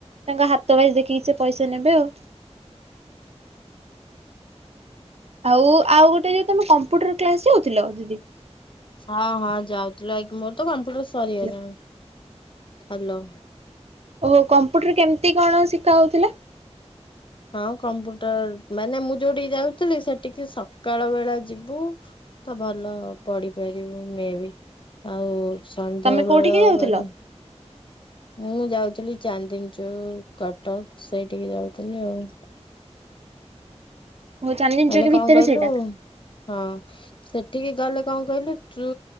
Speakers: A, on the right (about 65°); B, on the left (about 45°).
A: ତାଙ୍କ ହାତ ବାଇଜ ଦେଖିକି ସେ ପଇସା ନେବେ ଆଉ। ଆଉ ଆଉ ଗୋଟେ ଯୋଉ ତମେ କମ୍ପ୍ୟୁଟର କ୍ଲାସ ଯାଉଥିଲ ଦିଦି?
B: ହଁ ହଁ ଯାଉଥିଲୁ ଏଖୁ ମୋର ତ କମ୍ପ୍ୟୁଟର ସରିଗଲାଣି
A: ହ୍ୟାଲୋ।
B: ହାଲୋ
A: ଓ କମ୍ପ୍ୟୁଟର କେମିତି କଣ ଶିକା ହଉଥିଲା?
B: ହଁ କମ୍ପୁଟର ମାନେ ମୁଁ ଯୋଉଠିକି ଯାଉଥିଲି ସେଠିକି ସକାଳ ବେଳା ଯିବୁ ତ ଭଲ ପଡି ପାରିବୁ ମେ ବି। ଆଉ ସନ୍ଧ୍ୟା
A: ତମେ କୋଉଠିକି
B: ବେଳ
A: ଯାଉଥିଲ
B: ଗଲେ ମୁଁ ଯାଉଥିଲି ଚାନ୍ଦିନିଚୋକ କଟକ ସେଇଠିକି ଯାଉଥିଲି ଆଉ।
A: ଓ ଚାନ୍ଦିନୀ
B: ମାନେ
A: ଚୌକି
B: କଣ
A: ଭିତରେ
B: କଇଲୁ?
A: ସେଇଟା
B: ହଁ। ସେଠିକି ଗଲେ କଣ କହିଲୁ ତୁ